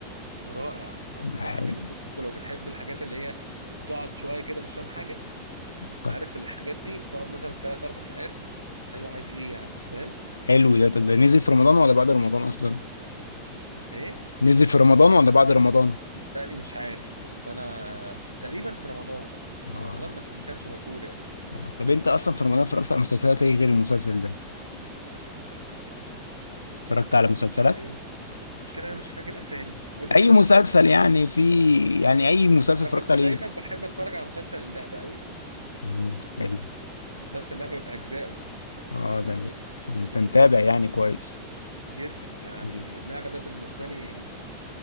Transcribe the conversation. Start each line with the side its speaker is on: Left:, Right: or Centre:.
Right: رائع انصحك
Left: ده حلو
Right: ان انت تشوفه لو بتحب الحاجات اللي هي تقعد شويه كده مش فاهم حاجه
Left: طب
Right: عارف الحاجات دي تقعد مثلا ثلاث اربع حلقات ايوه عايز ايه يعني فاهم
Left: حلو ده طب ده نزل في رمضان ولا بعد رمضان اصلا
Right: ايه
Left: نزل في رمضان ولا بعد رمضان
Right: تقريبا مش عارف بس انا تقريبا في رمضان
Left: اه
Right: في رمضان بس ما كانش مشهور يعني
Left: آه. طب انت اصلا في رمضان اتفرجت على مسلسلات ايه غير المسلسل ده اتفرجت
Right: اتفرجت
Left: على مسلسلات
Right: على ايه المشكله انا مش فاكر اسامي قول لي
Left: اي
Right: كده
Left: مسلسل
Right: الاسامي كده.
Left: يعني في يعني اي مسلسل
Right: انا
Left: اتفرجت
Right: كنت
Left: عليه
Right: دايما بحب اتفرج على مسلسل اللعبه قوي
Left: مم، حلو
Right: مسلسل اللعبه باجزائه
Left: اه
Right: انا
Left: ده
Right: حافظه
Left: ده انت متابع يعني كويس
Right: جدا يعني
Left: مم.
Right: اللعبه ده بالنسبه لي